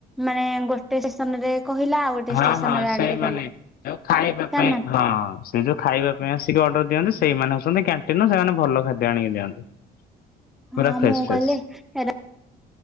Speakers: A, in the centre; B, on the left.
A: ମାନେ ଗୋଟେ ଷ୍ଟେସନ ରେ କହିଲା ଆଉ ଗୋଟେ
B: ହଁ
A: ଷ୍ଟେସନ
B: ହଁ
A: ରେ
B: ସେଇମାନେ
A: ଆଣିକି ଦେଲା
B: ଯୋଉ ଖାଇବା
A: ତା
B: ପାଇଁ
A: ମାନେ
B: ହଁ ସେ ଯୋଉ ଖାଇବା ପାଇଁ ଆସିକି ଅର୍ଡର ଦିଅନ୍ତି ସେଇମାନେ ହଉଛନ୍ତି କ୍ୟାଣ୍ଟିନର ସେମାନେ ଭଲ ଖାଦ୍ୟ ଆଣିକି ଦିଅନ୍ତି।
A: ହଁ
B: ପୁରା ଫ୍ରେଶ
A: ମୁଁ
B: ଫ୍ରେଶ
A: କହିଲି ତାର